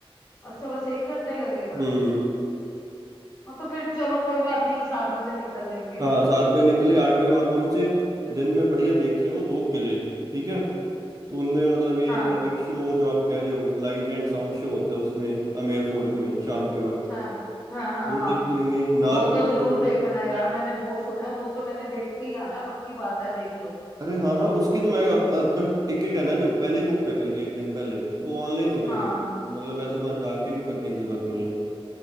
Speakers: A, on the left; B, on the right.
A: अच्छा बस एक घंटा ही लगेगा
B: हम्म
A: हाँ तो फिर चलो कोई बात नहीं सात बजे निकल लेंगे
B: हाँ सात बजे निकले आठ बजे वहां पहुंचे दिन में बढ़िया देखे वो दो किले ठीक है तो उनमें मतलब ये
A: हाँ
B: लाइट शो जो आप कह रहे हो लाइट एंड साउंड शो होता है उसमें आमेर फोर्ट में शाम के वक्त
A: हाँ हाँ हाँ
B: वो
A: हाँ
B: देख लेंगे
A: वो
B: नाहरगढ़
A: तो जरूर
B: फोर्ट
A: देखना
B: है
A: है यार मैंने बहुत सुना है वो तो मैंने देख के ही आना है पक्की बात है देख लो
B: अरे हाँ हाँ उसकी तो मैं अप- अपन टिकट है ना जो पहले बुक कर लेंगे एक दिन पहले तो ऑनलाइन हो जाएगी
A: हाँ
B: मतलब ऐसे वहां जाके भी करने की जरूरत नहीं है